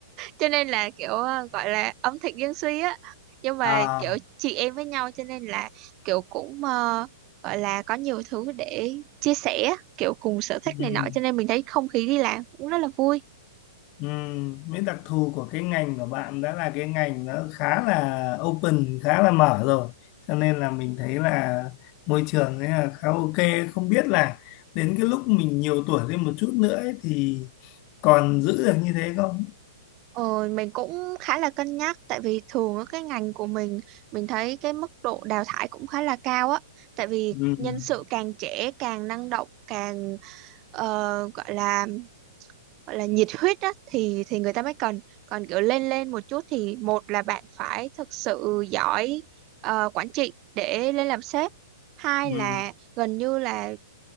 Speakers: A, on the right; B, on the left.
A: cho nên là kiểu ờ, gọi là ẩm thực dân suy á nhưng mà
B: à
A: kiểu chị em với nhau cho nên là kiểu cũng ờ, gọi là có nhiều thứ để chia sẻ kiểu cùng sở thích
B: ừm,
A: này nọ cho nên mình thấy không khí đi làm cũng rất là vui
B: ừm. Mấy đặc thù của cái ngành của bạn đã là cái ngành nó khá là open khá là mở rồi cho nên là mình thấy là môi trường ấy là khá ok không biết là đến cái lúc mình nhiều tuổi lên một chút nữa ấy, thì còn giữ được như thế không
A: ờ, mình cũng khá là cân nhắc tại vì thường ở cái ngành của mình mình thấy cái mức độ đào thải cũng khá là cao á tại vì
B: Ừm,
A: nhân sự càng trẻ càng năng động càng ờ, gọi là gọi là nhiệt huyết á thì thì người ta mới cần còn kiểu lên lên một chút thì một là bạn phải thực sự giỏi ờ, quản trị để lên làm sếp hai
B: ừm,
A: là gần như là